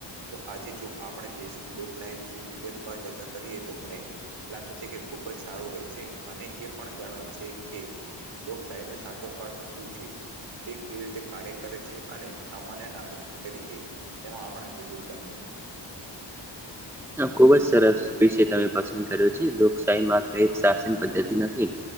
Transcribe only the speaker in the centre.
<inaudible>
ખુબ જ સરસ વિષય તમે પસંદ કર્યો છે લોકશાહી માટે શાસન પદ્ધતિ નથી